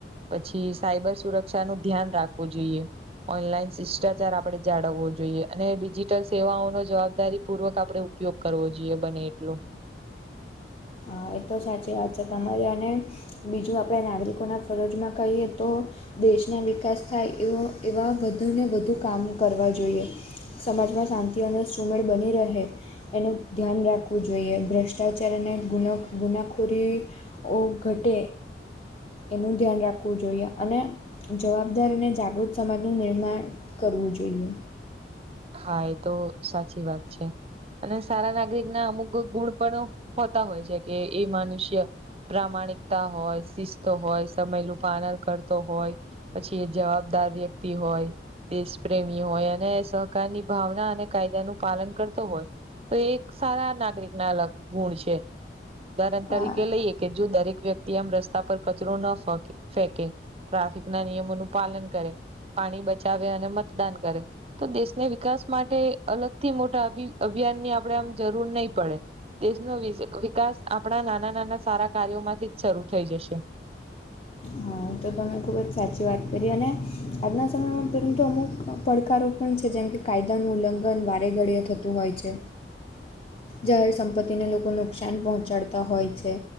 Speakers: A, on the right (about 35°); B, on the left (about 35°).
A: પછી સાયબર સુરક્ષા નું ધ્યાન રાખવું જોઈએ ઓનલાઈન શિષ્ટાચાર આપણે જાળવવો જોઈએ અને ડિજીિટલ સેવાઓનો જવાબદારી પૂર્વક આપણે ઉપયોગ કરવો જોઈએ બને એટલો
B: હા એ તો સાચી વાત છે તમારે અને બીજું આપણે નાગરિકોના ફરજમાં કહીએ તો દેશના વિકાસ થાય એવો એવા વધુને વધુ કામ કરવા જોઈએ. સમાજમાં શાંતિ અને સુમેળ બની રહે એનું ધ્યાન રાખવું જોઈએ ભ્રષ્ટાચાર અને ગુનો ગુનાખોરીઓ ઘટે એનું ધ્યાન રાખવું જોઈએ અને જવાબદાર અને જાગૃત સમાજનું નિર્માણ કરવું જોઈએ
A: હા એ તો સાચી વાત છે અને સારા નાગરિક ના અમુક ગુણ પણ હોતા હોય છે કે એ મનુષ્ય પ્રામાણિકતા હોય, સીસ્ત હોય, સમયલું પાનન કરતો હોય, પછી એ જવાબદાર વ્યક્તિ હોય, દેશ પ્રેમી હોય અને પ્રકારની ભાવના અને કાયદા નું પાલન કરતો હોય તો એ એક સારા નાગરિક ના અલગ ગુણ છે, ઉદાહરણ
B: હા.
A: તરીકે
B: હા
A: લઈએ કે જો દરેક વ્યક્ તી એમ રસ્તા પર કચરો ન ફક ફેકે ટ્રાફિક ના નિયમોનું પાલન કરે પાણી બચાવે અને મતદાન કરે તો દેશ વિકાસ માટે અલગથી મોટા અભી અભિયાન ની આપડે આમ જરૂર નહી પડે. દેશનો વી વિકાસ આપણા નાના નાના સારા કાર્યોમાંથી જ શરૂ થઈ જશે.
B: હા તો તમે ખૂબ જ સાચી વાત કરી અને આજના સમયમાં પહેલું તો અમુક પડકારો પણ છે જેમ કે કાયદાનું ઉલ્લંઘન વારે ઘડીએ થતું હોય છે.
A: <inaudible>
B: જાહેર સંપત્તિને લોકો નુકસાન પહોંચાડતા હોય છે.